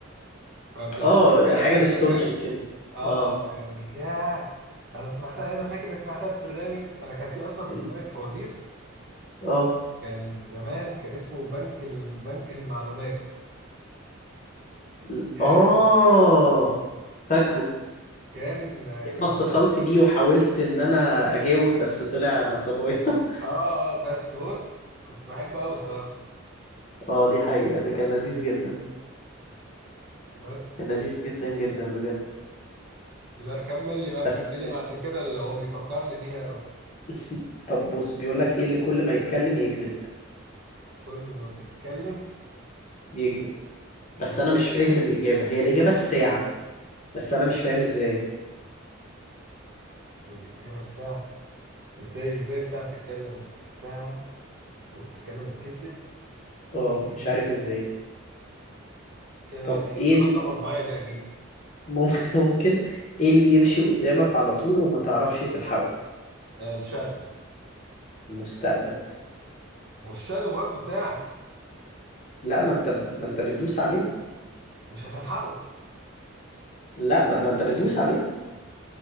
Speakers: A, on the right; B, on the left.
A: فبترجعني
B: اه حاجة
A: كده
B: نوستالجيك
A: فاهم
B: كده
A: اه
B: اه
A: يعني ياه انا سمعتها انا فاكر إني سمعتها في برنامج انا كان في اصلا
B: ال-
A: برنامج فوازير
B: اه
A: كان زمان كان اسمه بنك ال... بنك المعلومات
B: ال-
A: كان
B: اه فاكره
A: كان
B: ياما
A: كان
B: اتصلت
A: على
B: بيه وحاولت ان انا اجاوب بس طلع نصبايا <laughs>
A: اه اه بس بص كنت بحبه قوي الصراحه
B: اه دي حقيقة ده كان لذيذ جدا
A: بس
B: كان لذيذ جدا جدا بجد
A: لا كمل لي بقى
B: بس
A: كمل لي مع- عشان كده اللي هو بيفكرني بيها قوي
B: <laughs> طب بص بيقول لك ايه اللي كل ما يتكلم يكذب
A: كل ما بيتكلم
B: يكذب بس
A: يجي
B: انا مش فاهم الاجابة هي الاجابة الساعة بس انا مش فاهم ازاي
A: الاجابه الساعه ازاي ازاي الساعه بتتكلم الساعه وبتتكلم وبتكذب
B: اه
A: ممكن
B: مش عارف ازاي
A: ايه ده
B: طب
A: دي
B: ايه
A: دي غلطه
B: ال-
A: مطبعيه دي اكيد
B: مم- <laughs> ممكن ايه اللي يمشي قدامك على طول وما تعرفش تلحقه
A: آه، الشادو
B: مستقبل
A: والشادو برضو بتاعك
B: لا ما انت ما انت بتدوس عليه
A: مش هتلحقه
B: لا ما, ما انت بتدوس عليه